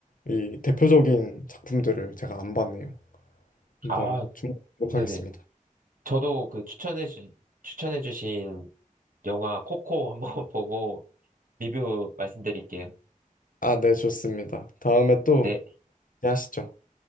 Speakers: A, on the left (about 70°); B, on the right (about 70°).
A: 이 대표적인 작품들을 제가 안 봤네요. 한번
B: 아,
A: 주목하겠습니다.
B: 네네. 저도 그 추천해주, 추천해주신 영화 코코 한번 <laughs> 보고 리뷰 말씀드릴게요.
A: 아, 네, 좋습니다. 다음에 또
B: 네,
A: 얘기하시죠.